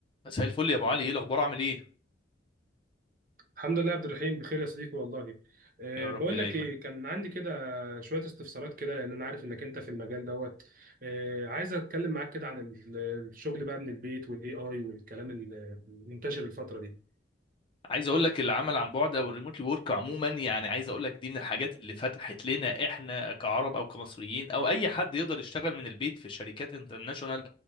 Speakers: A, on the left; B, on the right.
A: مساء الفل يا ابو علي ايه الاخبار عامل ايه
B: الحمد لله يا عبد الرحيم بخير يا صديقي والله أه
A: يا رب
B: بقول
A: دايما
B: لك ايه كان عندي كده شويه استفسارات كده لان انا عارف انك انت في المجال دوت أه عايز اتكلم معاك كده عن ال- الشغل بقى من البيت والاي اي والكلام ال- المنتشر الفتره دي
A: عايز اقول لك العمل عن بعد او الريموت ورك عموما يعني عايز اقول لك دي من الحاجات اللي فتحت لنا احنا كعرب او كمصريين او اي حد يقدر يشتغل من البيت في شركات انترناشونال